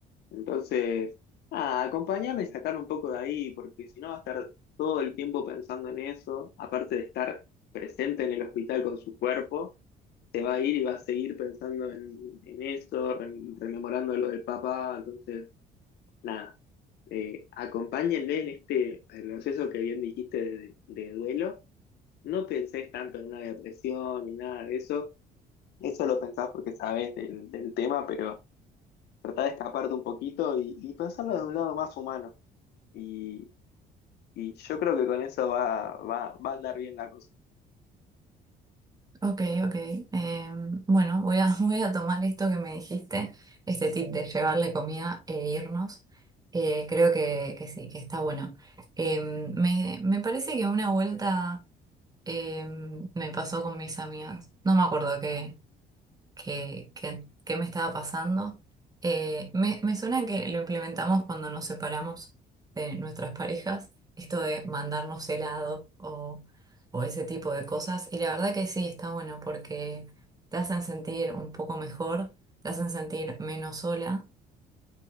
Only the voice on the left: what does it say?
Entonces, ah, acompañarme y sacar un poco de ahí, porque si no va a estar todo el tiempo pensando en eso, aparte de estar presente en el hospital con su cuerpo se va a ir y va a seguir pensando en, en eso, re- rememorando lo del papá, entonces, nada, eh, acompáñenle en este proceso que bien dijiste de, de duelo, no pensés tanto en una depresión ni nada de eso, eso lo pensás porque sabés del, del tema, pero tratá de escaparte un poquito y, y pensarlo de un lado más humano, y, y yo creo que con eso va, va, va a andar bien la cosa.